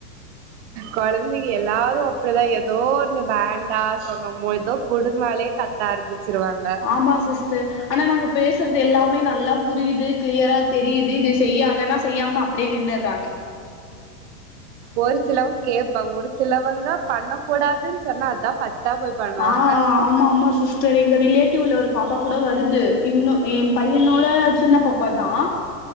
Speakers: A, on the right; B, on the left.
A: கொழந்தைக எல்லாரு அப்டிதா ஏதோ ஒன்னு வேண்டா சொன்னோ பொழுதுதோ புடுங்னாலே கத் த ஆரம்பிச்சிருவாங்க
B: ஆமா சிஸ்டர் ஆனால் நம்ம பேசுறது எல்லாமே நல்லா புரியுது கிளியராக தெரியுது இது செய்யாதனா செய்யாம அப்டியே நின்னுறாங்க
A: ஒரு சிலவங்க கேப்பா ஒரு சிலவங்க பண்ணக்க கூடாதுன்னு சொன்னா அதா ஃபர்ஸ்ட்டா போய் பண்ணுவாங்க
B: ஆ ஆமா ஆமா சிஸ் தெரி எங்க ரிலேட்டிவ்ல ஒரு பாப்பா கூட வருது இன்னு ஏ பையனோட சின்ன பாப்பாதா